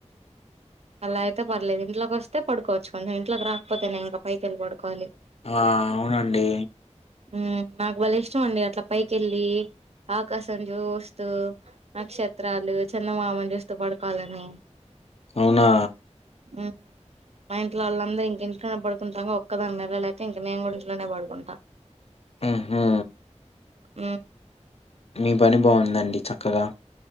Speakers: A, on the right; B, on the left.
A: అలా అయితే పర్లేదు ఇంట్లోకొస్తే పడుకోవచ్చు కొంచెం ఇంట్లోకి రాకపోతేనే ఇంకా పైకి వెళ్లి పడుకోవాలి
B: ఆ అవునండి
A: మ్మ్ నాకు భలే ఇష్టం అండి అట్లా పైకి వెళ్ళి ఆకాశం చూస్తూ నక్షత్రాలు చందమామ ని చూస్తూ పడుకోవాలని
B: అవునా
A: మ్మ్ మా ఇంట్లో వాళ్ళంద ఇంక ఇంట్లోనే పడుకుంటాం ఒక్కదాని నెల లేక ఇంక నేను కూడా ఇంట్లోనే పడుకుంటా
B: ఉహు
A: ఉ
B: మీ పని బావుందండి చక్కగా